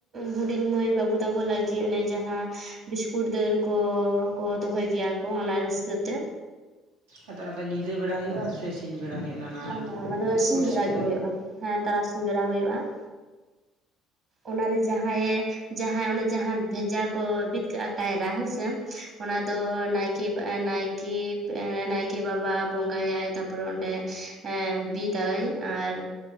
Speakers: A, on the right; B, on the right.
A: ᱦᱩᱰᱤᱧ ᱢᱟᱹᱭ ᱵᱟᱹᱵᱩ ᱛᱟᱠᱚ ᱞᱟᱹᱜᱤᱫ ᱚᱱᱮ ᱡᱟᱦᱟᱸ ᱵᱤᱥᱠᱩᱴ ᱫᱟᱹᱲ ᱠᱚ ᱫᱚᱦᱚᱭ ᱜᱮᱭᱟ ᱠᱚ ᱚᱱᱟ ᱨᱟᱹᱥᱠᱟᱹ ᱛᱮ
B: ᱟᱫᱚ ᱚᱱᱟᱫᱚ ᱧᱤᱫᱟᱹ ᱵᱮᱲᱟ ᱦᱩᱭᱩᱜᱼᱟ ᱥᱮ ᱥᱤᱧ ᱵᱮᱲᱟ ᱦᱩᱭᱩᱜᱼᱟ? ᱚᱱᱟ
A: ᱵᱟᱝ ᱚᱱᱟ ᱫᱚ
B: ᱥᱯᱳᱨᱴᱥ
A: ᱥᱤᱧ ᱵᱮᱲᱟ
B: ᱠᱚᱫᱚ
A: ᱜᱮ ᱦᱩᱭᱩᱜᱼᱟ, ᱦᱮᱸ ᱛᱟᱨᱟᱥᱤᱧ ᱵᱮᱲᱟ ᱦᱩᱭᱩᱜᱼᱟ ᱾ ᱚᱱᱟᱨᱮ ᱡᱟᱦᱟᱸᱭᱮ ᱡᱟᱦᱟᱸᱭ ᱚᱱᱮ ᱡᱟᱦᱟᱸ ᱵᱷᱮᱡᱟ ᱠᱚ ᱵᱤᱫ ᱠᱟᱜᱼᱟ ᱠᱟᱭᱨᱟ ᱦᱮᱸᱥᱮ, ᱚᱱᱟ ᱫᱚ ᱱᱟᱭᱠᱮ ᱵᱟ ᱱᱟᱭᱠᱮ ᱠᱮ ᱱᱟᱭᱠᱮ ᱵᱟᱵᱟ ᱵᱚᱸᱜᱟᱭᱟᱭ ᱛᱟᱨᱯᱚᱨᱮ ᱚᱸᱰᱮ ᱮ ᱵᱤᱫᱟᱭ, ᱟᱨ